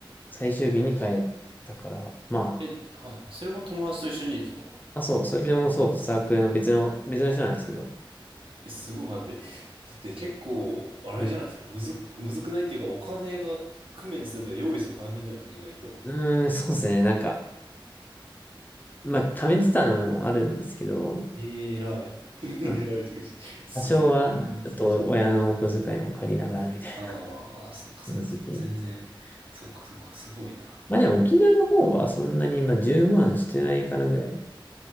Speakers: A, on the left; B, on the right.
A: 最終日に帰ったから、ま
B: え、はい。それも友達と一緒にですか
A: あ、あ、そう、それでもそう、サークルの別の、別の人なんですけど、
B: え、すごい待って。だって結構、あれじゃないですか。
A: うん。
B: むずく、むずくないっていうか、お金が工面するとか用意するの大変じゃないですか、意外と。
A: うーん、そうですね。なんか、まあ、貯めてたのもあるんですけど、
B: えー、偉い。<laughs> 偉いとか言ってすごいね。
A: まあ、多少は、
B: うん、そうそ
A: ちょっと親のお小遣いも借りながらみたいな
B: う。ああ、そっかそっか。
A: この時
B: 全然。そっかそっか。すごいな。あ
A: まあでも沖縄の方はそんなに今10万してないかなぐらい。